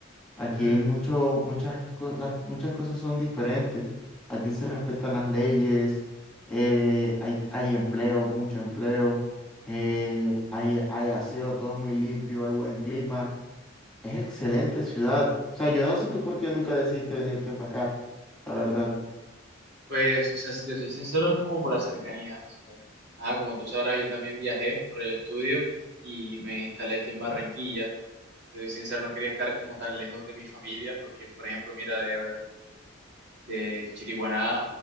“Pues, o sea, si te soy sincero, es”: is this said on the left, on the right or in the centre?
Right